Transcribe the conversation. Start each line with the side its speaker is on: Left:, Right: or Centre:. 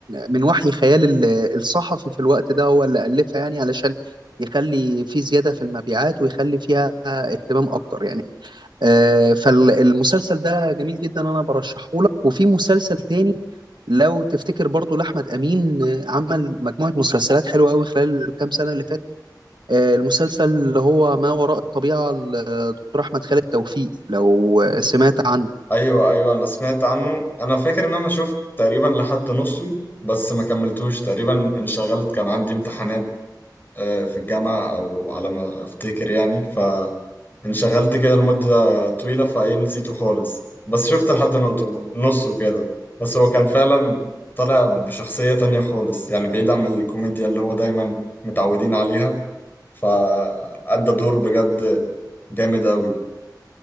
Right: من وحي خيال ال- الصحفي في الوقت ده هو اللي ألفها يعني علشان يخلي في زيادة في المبيعات ويخلي فيها اهتمام اكتر يعني آه، فالمسلسل ده جميل جدا انا برشحه لك وفي مسلسل تاني لو تفتكر برضو لأحمد أمين آه، عمل مجموعة مسلسلات حلوة قوي خلال الكام سنة اللي فاتت آه، المسلسل اللي هو ما وراء الطبيعة لدكتور أحمد خالد توفيق لو سمعت عنه
Left: ايوه ايوه انا سمعت عنه انا فاكر ان انا شفت تقريبا لحد نصه بس ما كملتوش تقريبا انشغلت كان عندي امتحانات آه، في الجامعة أو على ما أفتكر يعني فانشغلت كده لمدة طويلة فإيه نسيته خالص بس شفت لحد نقطه- نصه كده بس هو كان فعلا طالع بشخصية تانية خالص يعني بعيد عن الكوميديا اللي هو دايما متعودين عليها فأدى دور بجد جامد أوي